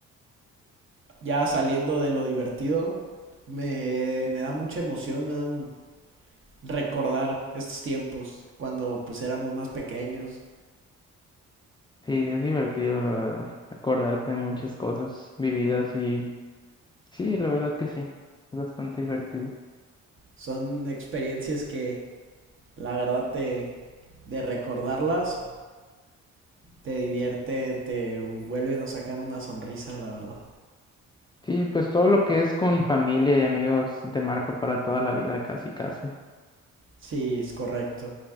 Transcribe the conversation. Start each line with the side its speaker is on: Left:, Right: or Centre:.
Right: ya saliendo de lo divertido, me, me da mucha emoción, me da un recordar estos tiempos cuando pues éramos más pequeños.
Left: Sí, es divertido, la verdad, acordarte de muchas cosas vividas y sí, la verdad que sí, es bastante divertido.
Right: Son experiencias que la verdad te de recordarlas te divierten, te vuelven a sacar una sonrisa, la verdad.
Left: Sí, pues todo lo que es con familia y amigos te marca para toda la vida, casi, casi.
Right: Sí, es correcto.